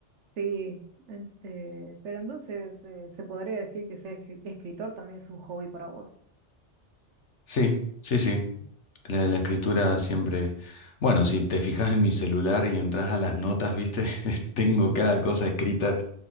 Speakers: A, on the right; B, on the left.
A: sí, en- eh, pero entonces eh, se podría decir que ser escri- escritor también es un hobby para vos.
B: Sí, sí, sí. La, la escritura siempre, bueno, si te fijas en mi celular y entras a las notas, viste, <laughs> tengo cada cosa escrita